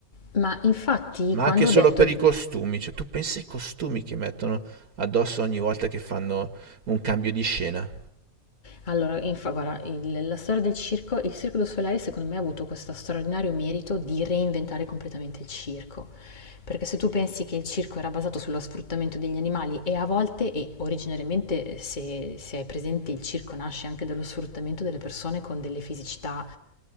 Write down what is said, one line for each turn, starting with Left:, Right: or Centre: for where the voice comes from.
Left: Ma infatti
Right: Ma
Left: quando
Right: anche solo
Left: ho detto
Right: per i costumi, cioè tu pensi ai costumi che mettono addosso ogni volta che fanno un cambio di scena?
Left: Allora, infa guarda, il la storia del circo il Cirque du Soleil secondo me ha avuto questo straordinario merito di reinventare completamente il circo. Perché se tu pensi che il circo era basato sullo sfruttamento degli animali e a volte, e originariamente se se hai presente il circo nasce anche dallo sfruttamento delle persone con delle fisicità